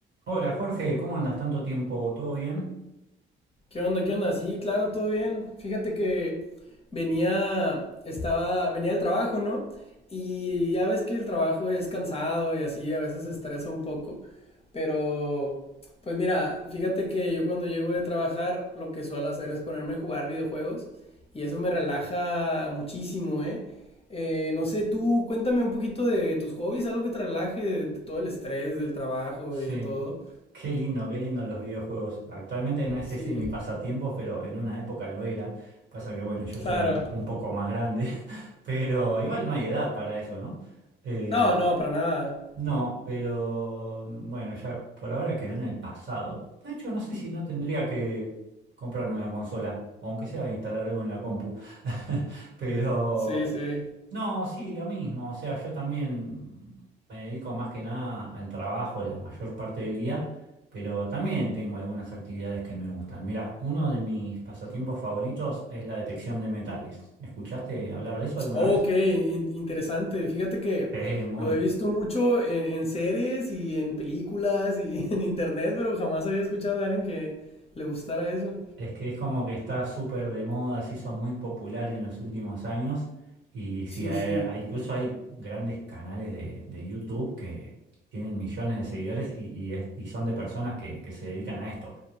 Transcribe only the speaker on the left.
¿Qué onda? ¿Qué onda? Sí, claro, todo bien. Fíjate que venía, estaba, venía del trabajo, ¿no? Y ya ves que el trabajo es cansado y así, a veces estresa un poco. Pero, pues mira, fíjate que yo cuando llego de trabajar, lo que suelo hacer es ponerme a jugar videojuegos y eso me relaja muchísimo, ¿eh? Eh, no sé, tú cuéntame un poquito de tus hobbies, algo que te relaje de, de todo el estrés del trabajo
y de todo.
Sí,
claro.
No, no, para nada.
Sí, sí.
Oh,
Ok, in- interesante. Fíjate que
lo he visto mucho en, en series y en películas y <laughs> en internet, pero jamás había escuchado de alguien que le gustara eso.
Sí,
sí,